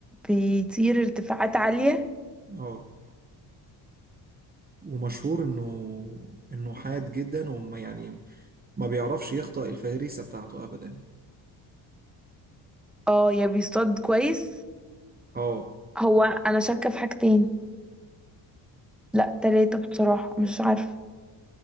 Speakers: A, in the centre; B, on the right.
A: بيطير ارتفاعات عالية
B: اه ومشهور انه انه حاد جدا وما يعني ما بيعرفش يخطئ الفريسة بتاعته ابدا
A: اه يا بيصطاد كويس
B: اه
A: هو انا شاكة في حاجتين لا تلاتة بصراحة مش عارفة